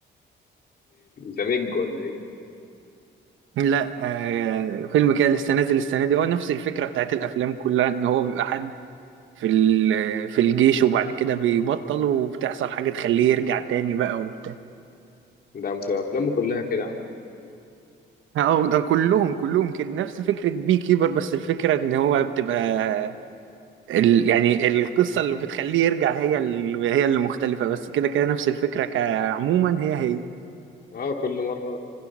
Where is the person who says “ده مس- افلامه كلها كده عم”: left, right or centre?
Left